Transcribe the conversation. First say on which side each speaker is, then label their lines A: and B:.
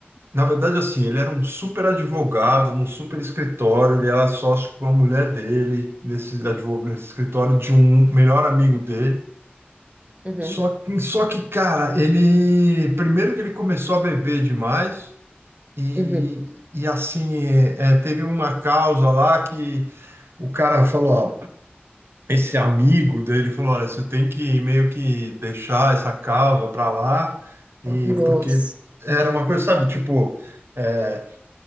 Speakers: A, on the right (about 80°); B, on the right (about 30°).
A: Na verdade, assim, ele era um super advogado, num super escritório, ele era sócio com a mulher dele, nesse, advogado, nesse escritório de um melhor amigo dele.
B: Uhum.
A: Só, que- só que, cara, ele... Primeiro que ele começou a beber demais... E,
B: Uhum.
A: e assim, é, é, teve uma causa lá que o cara falou, ó, esse amigo dele falou, olha, você tem que meio que deixar essa causa para lá, e
B: Nossa.
A: porque era uma coisa, sabe, tipo, é,